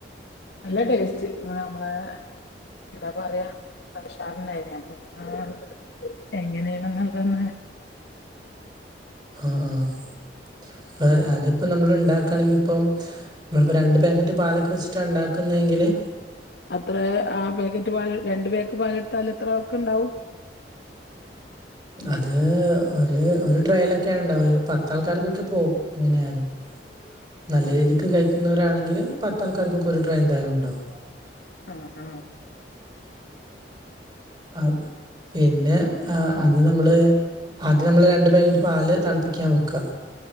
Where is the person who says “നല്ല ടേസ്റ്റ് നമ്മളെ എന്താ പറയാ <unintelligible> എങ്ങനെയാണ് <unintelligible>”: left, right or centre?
Left